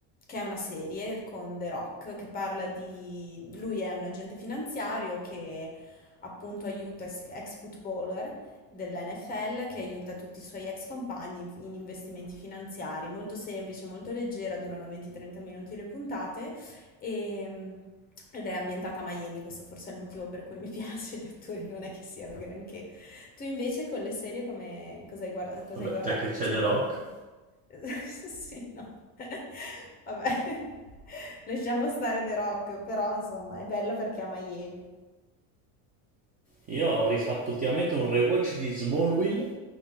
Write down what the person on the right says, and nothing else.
Vabbè,
già che c'è
The Rock.
Io ho rifatto ultimamente un rewatch di Smallville,